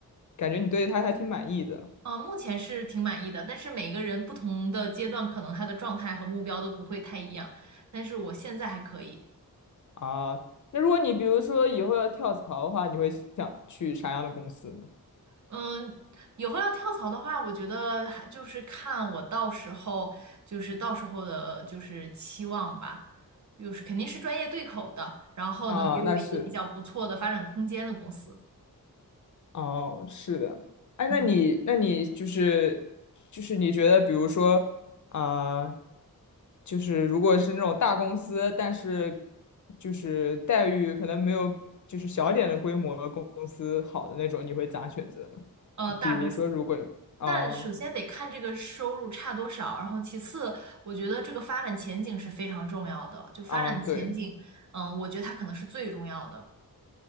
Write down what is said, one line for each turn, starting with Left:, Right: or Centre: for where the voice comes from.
Left: 感觉你对他还挺满意的
Right: 呃，目前是挺满意的，但是每个人不同的阶段，可能他的状态和目标都不会太一样。但是我现在还可以，
Left: 啊。那如果你比如说以后要跳槽的话，你会想去啥样的公司呢？
Right: 嗯，以后要跳槽的话，我觉得还就是看我到时候，就是到时候的，就是期望吧，就是肯定是专业对口的，然后能给我一个比较不错的发展空间的公司，
Left: 啊，那是。哦，是的，哎，
Right: 嗯，
Left: 那你，那你就是就是你觉得，比如说，啊、就是如果是那种大公司，但是就是待遇可能没有就是小一点的规模的公公司好的那种，你会咋选择呢？
Right: 呃，大公司。
Left: 比如说，如果啊
Right: 那首先得看这个收入差多少，然后其次，我觉得这个发展前景是非常重要的。就发展前景，
Left: 啊、对
Right: 嗯，我觉得它可能是最重要的。